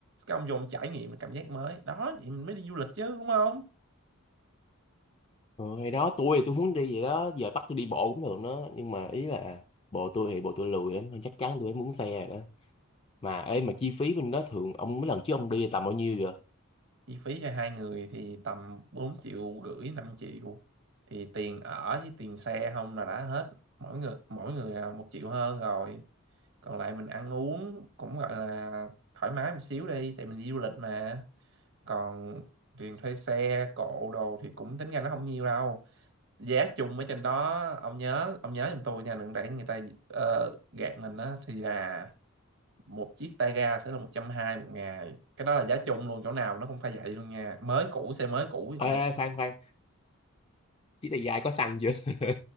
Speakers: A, on the right (about 60°); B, on the left (about 25°).
A: cái ông vô ông trải nghiệm cái cảm giác mới đó vậy mình mới đi du lịch chứ đúng không
B: Ờ, hay đó tôi thì tôi muốn đi vậy đó, giờ bắt tôi đi bộ cũng được đó. Nhưng mà ý là bộ tôi thì bộ tôi lười lắm, chắc chắn tôi phải muốn xe rồi đó. Mà ê mà chi phí bên đó thường ông mấy lần trước ông đi tầm bao nhiêu vậy?
A: chi phí cho hai người thì tầm bốn triệu rưỡi năm triệu thì tiền ở với tiền xe không là đã hết mỗi người mỗi người là một triệu hơn rồi còn lại mình ăn uống cũng gọi là thoải mái một xíu đi tại mình đi du lịch mà còn tiền thuê xe cộ đồ thì cũng tính ra nó không nhiều đâu giá chung ở trên đó ông nhớ ông nhớ giùm tôi nha đừng để người ta ờ, gạt mình đó thì là một chiếc tay ga sẽ là 120 một ngày cái đó là giá chung luôn chỗ nào nó cũng phải vậy luôn nha mới cũ xe mới cũ thì cũng
B: Ê,
A: vậy
B: ê, khoan khoan, chiếc này dài có xăng chưa? <laughs>